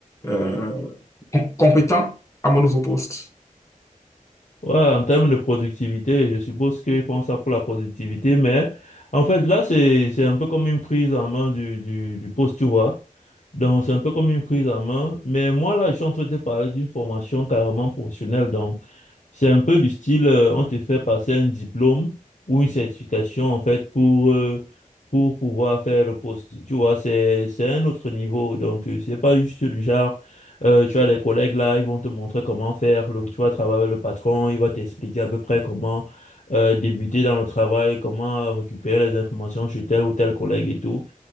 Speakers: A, on the left; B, on the left.
A: euh, com- compétent à mon nouveau poste.
B: Ouais, en termes de productivité, je suppose qu'ils font ça pour la productivité, mais en fait, là, c'est, c'est un peu comme une prise en main du, du, du poste, tu vois. Donc, c'est un peu comme une prise en main. Mais moi, là, je suis en train de te parler d'une formation carrément professionnelle. Donc, c'est un peu du style, euh, on te fait passer un diplôme ou une certification, en fait, pour, euh, pour pouvoir faire le poste. Tu vois, c'est, c'est un autre niveau. Donc, euh, c'est pas juste du genre. Euh, tu as des collègues là, ils vont te montrer comment faire. Le, tu vas travailler avec le patron, il va t'expliquer à peu près comment euh, débuter dans le travail, comment euh, récupérer les informations chez tel ou tel collègue et tout.